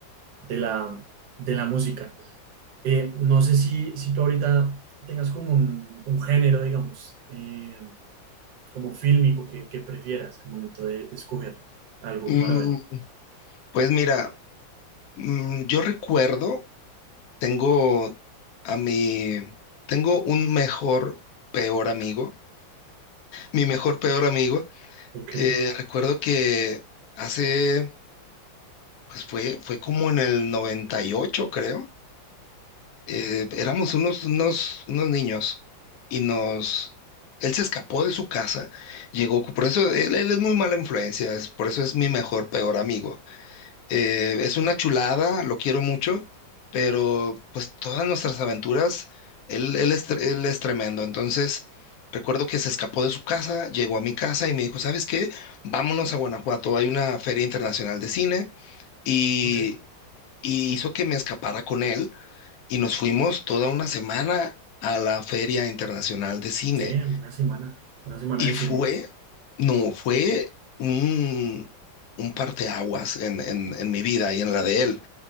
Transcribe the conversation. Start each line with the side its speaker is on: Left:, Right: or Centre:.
Right: de la, de la música. Eh, no sé si, si tú ahorita tengas como un, un género, digamos, eh, como fílmico que, que prefieras al momento de, de escoger algo
Left: Mm,
Right: para ver.
Left: pues mira, mm, yo recuerdo. Tengo a mi, tengo un mejor, peor amigo. Mi mejor, peor amigo.
Right: Ok,
Left: eh, recuerdo que hace, pues fue, fue como en el 98 creo. eh, éramos unos, unos, unos niños y nos, él se escapó de su casa, llegó, por eso él, él es muy mala influencia, es- por eso es mi mejor, peor amigo. Eh, es una chulada, lo quiero mucho, pero pues todas nuestras aventuras, él, él es, tre- él es tremendo. Entonces, recuerdo que se escapó de su casa, llegó a mi casa y me dijo, ¿sabes qué? Vámonos a Guanajuato, hay una feria internacional de cine y,
Right: ok.
Left: y hizo que me escapara con él y nos fuimos toda una semana a la feria internacional de cine
Right: Damn, una semana, una semana
Left: y
Right: de
Left: fue,
Right: cine.
Left: no, fue un, un parteaguas en, en en mi vida y en la de él.